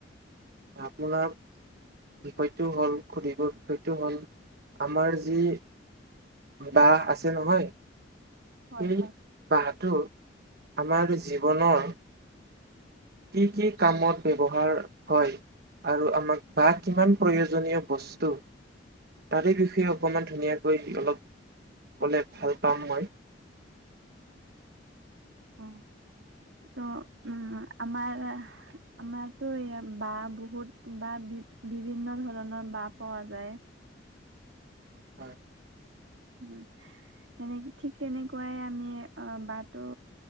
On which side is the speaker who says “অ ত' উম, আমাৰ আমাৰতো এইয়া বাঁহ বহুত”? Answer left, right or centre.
Right